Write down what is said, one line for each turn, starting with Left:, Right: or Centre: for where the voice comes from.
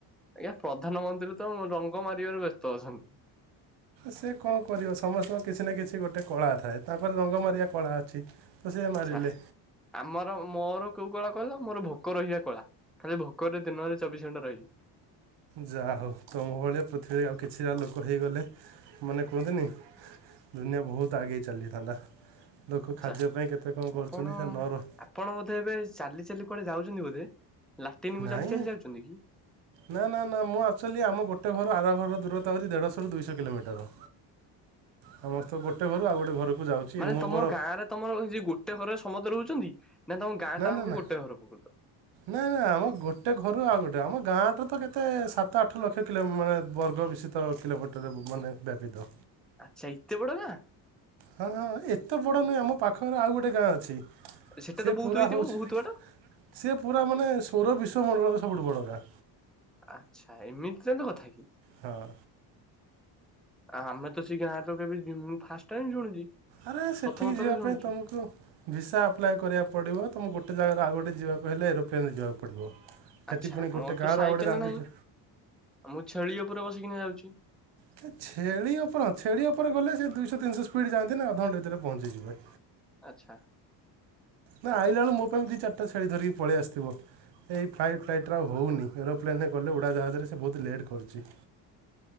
Centre: ଆଜ୍ଞା ପ୍ରଧାନମନ୍ତ୍ରୀ ତ ରଙ୍ଗ ମାରିବାରେ ବ୍ୟସ୍ତ ସେମି
Right: ସେ କଣ କରିବ ସମସ୍ତଙ୍କ କିଛି ନା କିଛି ଗୋଟେ କଳା ଥାଏ। ତାଙ୍କର ରଙ୍ଗମାରିଆ କଳା ଅଛି। ତ ସେ ମାରିଲେ
Centre: ଆଛା ଆମର ମୋର କୋଉ କଣ କହିଲ ମୋର ଭୋକ ରହିବା କଳା। ଖାଲି ଭୋକରେ ଦିନରେ ଚବିଶ ଘଣ୍ଟା ରହିବି।
Right: ଯାହା ହଉ ତମୋ ଭଳିଆ ପୃଥିବୀରେ ଆଉ କିଛିଟା ଲୋକ ହେଇଗଲେ ମାନେ କୁହନ୍ତିନି ଦୁନିଆ ବହୁତ ଆଗେଇ ଚାଲିଥାନ୍ତା। ଲୋକ
Centre: ଆଛା
Right: ଖାଦ୍ୟ ପାଇଁ କେତେ କଣ
Centre: ଆପଣ
Right: କରୁଛନ୍ତି ସେ ନ ରହି
Centre: ଆପଣ ବୋଧେ ଏବେ ଚାଲି ଚାଲି କୁଆଡେ ଯାଉଛନ୍ତି ବୋଧେ। ଲାଟିନକୁ
Right: ନାଇଁ
Centre: ଚାଲି ଚାଲି ଯାଉଛନ୍ତି କି?
Right: ନା ନା ନା ମୁଁ ଆକଚୁଲି ଆମ ଗୋଟେ ଗୋଟେ ଘରୁ ଆର ଘରର ଦୂରତା ହଉଛି ଦେଢ଼ଶହରୁ ଦୁଇଶହ କିଲୋମିଟର। ସମସ୍ତେ ଗୋଟେ ଗୋଟେ ଘରୁ ଆଉ ଗୋଟେ ଘରକୁ। ଯାଉଛି
Centre: ମାନେ
Right: ମୁଁ
Centre: ତମ
Right: ମୋର
Centre: ଗାଁ ର ତମର ଏ ଯ ଗୋଟେ ଘର ସମସ୍ତେ ରହୁଛନ୍ତି। ନା ତମ ଗାଁ
Right: ନା
Centre: ଟାଙ୍କ
Right: ନା ନା,
Centre: ଗୋଟେ ଘର ପ୍ରକୃତରେ?
Right: ନା ନା ଆମ ଗୋଟେ ଘରୁ ଆଉ ଗୋଟେ। ଆମ ଗାଁ ଟ ତ କେତେ ସାତ ଆଠ ଲକ୍ଷ କିଲୋ ମାନେ ବର୍ଗ ବିଶିତ କିଲୋମିଟର ମାନେ ବ୍ୟାପିତ।
Centre: ଆଚ୍ଛା ଏତେ ବଡ ଗାଁ?
Right: ହଁ ହଁ ଏତେ ବଡ ନୁହେଁ ଆମ ପାଖରେ ଆଉ ଗୋଟେ ଗାଁ ଅଛି।
Centre: ସେଟା
Right: ସେ
Centre: ତ ବହୁତ
Right: ପୁରା
Centre: ହେଇଥିବ
Right: ହଉଛି
Centre: ବହୁତ ବାଟ
Right: ସିଏ ପୁରା ମାନେ ସୌର ବିଶ ର ମଣ୍ଡଳର ସବୁଠୁ ବଡ଼ ଗାଁ।
Centre: ଆଚ୍ଛା ଏମିତି ତାହେଲେ କଥା କି।
Right: ହଁ।
Centre: ଆମେ ତ ସେ ଗାଁ ତ କେବେ ମୁଁ ଫାଷ୍ଟ ଟାଇମ ଶୁଣୁଛି।
Right: ଆରେ ସେଠିକି
Centre: ପ୍ରଥମ ଥର
Right: ଯିବା
Centre: ଶୁଣୁଛି।
Right: ପାଇଁ ତୋମକୁ ଭିସା ଆପ୍ଲାଏ କରିବାକୁ ପଡିବ। ତମୋ ଗୋ ଟେ ଜାଗାରୁ ଆଉ ଗୋଟେ ଯିବାକୁ ହେଲେ ଏରୋପ୍ଲେନ୍ ରେ ଯିବାକୁ ପଡ଼ିବ। ସେଠି
Centre: ଆଚ୍ଛା
Right: ପୁଣି ଗୋଟେ
Centre: ମୋର ତ
Right: ଗାଁରୁ
Centre: ସାଇକେଲ
Right: ଆଉ ଗୋଟେ ଗାଁକୁ
Centre: ନାହିଁ।
Right: ଯି
Centre: ମୁଁ ଛେଳି ଉପରେ ବସିକିନା ଯାଉଛି।
Right: ହେ ଛେଳି ଉପର ହଁ ଛେଳି ଉପରେ ଗଲେ ସେ ଦୁଇ ଶହ ତିନିଶହ ସ୍ପିଡ୍ ଯଆନ୍ତି ନା ଅଧଘଣ୍ଟେ ଭିତରେ ପହଞ୍ଚିିଯିବେ।
Centre: ଆଚ୍ଛା।
Right: ନା ଆଇଲାା ବେଳେ ମୋ ପାଇଁ ଦି ଚାରଟା ଛେଳି ଧରିକି ପଳେଇ ଆସିଥିବ। ଏଇ ଫ୍ଲାଇଟ୍ ଫ୍ଲାଇଟ୍ ତ୍ରା ଆଉ ହଉନି ଏରୋପ୍ଲେନ୍ ରେ ଗଲେ ଉଡ଼ାଜାହାଜରେ ସେ ବହୁତ ଲେଟ୍ କରୁଛି।